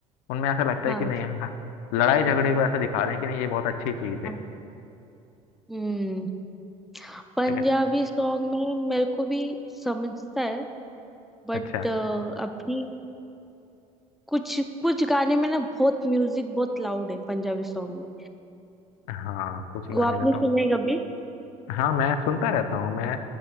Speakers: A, on the left; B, in the centre.
A: उनमें ऐसा लगता
B: हाँ
A: है कि नहीं हाँ लड़ाई झगड़े को ऐसा दिखा रहे हैं कि नहीं ये बहुत अच्छी चीज है
B: हाँ हम्म पंजाबी
A: लेकिन
B: सॉन्ग में मेरे को भी समझता है बट
A: अच्छा
B: अभी कुछ कुछ गाने में ना बहुत म्यूजिक बहुत लाउड है पंजाबी सॉन्ग में
A: हाँ कुछ गाने
B: वो आपने
A: में तो
B: सुने कभी
A: हाँ मैं सुनता रहता हूँ मैं